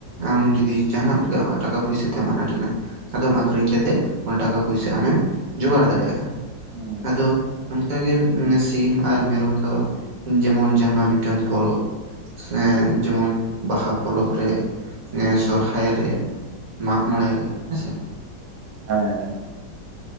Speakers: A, on the right; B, on the right.
A: ᱟᱢ ᱡᱩᱫᱤ ᱡᱟᱦᱟᱱᱟᱜ ᱚᱱᱠᱟ ᱴᱟᱠᱟ ᱯᱚᱭᱥᱟ ᱛᱮ ᱟᱱᱟᱴ ᱮᱱᱟᱜ ᱟᱫᱚᱢ ᱟᱠᱷᱨᱤᱧ ᱠᱟᱛᱮᱫ ᱚᱱᱟ ᱴᱟᱠᱟ ᱯᱚᱭᱥᱟ ᱟᱢᱮᱢ ᱡᱳᱜᱟᱲ ᱫᱟᱲᱮᱭᱟᱜᱼᱟ
B: ᱦᱩᱸ
A: ᱟᱫᱚ ᱱᱚᱝᱠᱟ ᱜᱮ ᱥᱤᱢ ᱟᱨ ᱢᱮᱨᱚᱢ ᱫᱚ ᱡᱮᱢᱚᱱ ᱡᱟᱦᱟᱸᱱᱟᱜ ᱢᱤᱫ ᱢᱤᱫᱴᱟᱝ ᱯᱚᱨᱚᱵᱽ ᱮᱸ ᱡᱮᱢᱚᱱ ᱵᱟᱦᱟ ᱯᱚᱨᱚᱵᱽ ᱨᱮ ᱥᱚᱨᱦᱟᱭ ᱨᱮ ᱢᱟᱜᱢᱚᱬᱮ ᱨᱮ ᱦᱮᱸᱥᱮ
B: ᱦᱟᱭ ᱦᱟᱭ